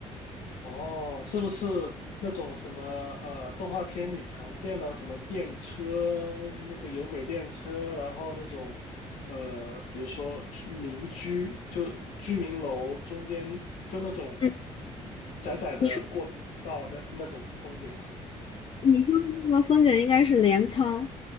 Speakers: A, on the left (about 80°); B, on the left (about 45°).
A: 哦，是不是那种什么呃动画片里常见的什么电车，那个有轨电车，然后那种呃，比如说居民居，就居民楼中间就那种嗯窄窄的过道那那种风景嘛？
B: 嗯，你说你说的那个风景应该是镰仓，